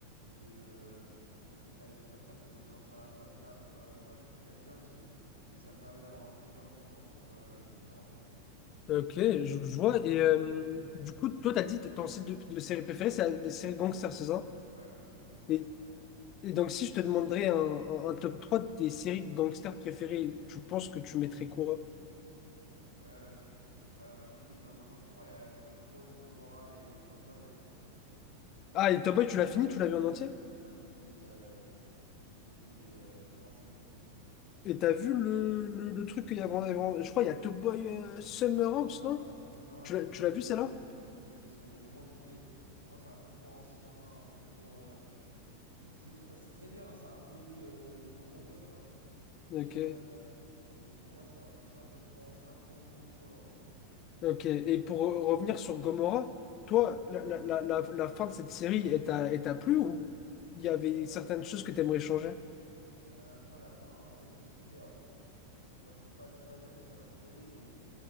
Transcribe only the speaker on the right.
de, euh, de faire des trucs comme ça, tu vois, de blanchir l'argent, etc. Donc, euh, moi, c'est pour ça que j'aime bien aussi. Et ça me permet d'avoir plusieurs visions sur euh, différents types.
Ouais, c'est moi, c'est les séries
de gangsters.
Euh, pff, bah, moi, je t'ai dit, dans mon top 3 il y a Snowfall, Gomorrah et Top Boy. hein.
Ouais, j'ai vu les, euh, j'ai vu les euh, trois saisons. J'ai
kiffé.
Summer House,
Summer House,
ouais,
j'ai vu
les
deux saisons. ouais. J'ai vu les saisons, mais j'ai moins kiffé. Pour moi, c'est un peu trop ancien, un peu trop. euh, C'est c'est trop, c'est très bien, hein, ça introduit le, le bon Top Boy, tu vois. Mais,
euh, mais pour moi, c'est un, c'est un peu trop ancien, trop mou, trop lent, tu vois.
Euh,
euh, moi, la fin, en vrai, j'ai kiffé. hein. Genre, je peux pas, je peux pas dire parce que ça va te spoiler, mais,